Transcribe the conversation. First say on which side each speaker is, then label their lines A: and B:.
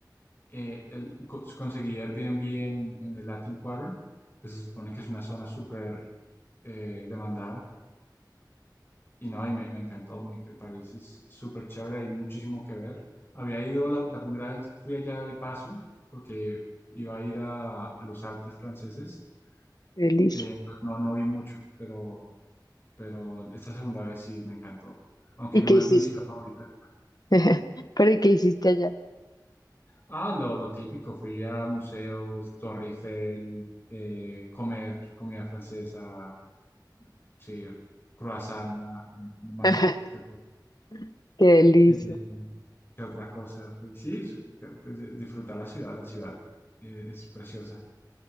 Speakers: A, on the left (about 30°); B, on the left (about 60°).
A: Eh, el- co- conseguí Airbnb en, en el Latin Quarter, que se supone que es una zona súper eh, demandada. Y no, y me, me encantó, me, enc- París es súper chévere, hay muchísimo que ver. Había ido la, la primera vez, fui allá de paso, porque iba a ir a, a los Alpes franceses.
B: Feliz.
A: Eh, entonces no, no vi mucho, pero pero esta segunda vez sí me encantó, aunque
B: ¿Y
A: no
B: qué
A: es
B: hiciste?
A: mi ciudad favorita.
B: <laughs> Pero ¿y qué hiciste allá?
A: Ah, lo, lo típico, fui a museos, Torre Eiffel, eh, comer comida francesa, sí, croissant, ah, no más
B: <laughs>
A: que, que-
B: Qué delicia,
A: eh, que otra cosa. Y sí, es- pues, disfrutar la ciudad, la ciudad eh, es preciosa.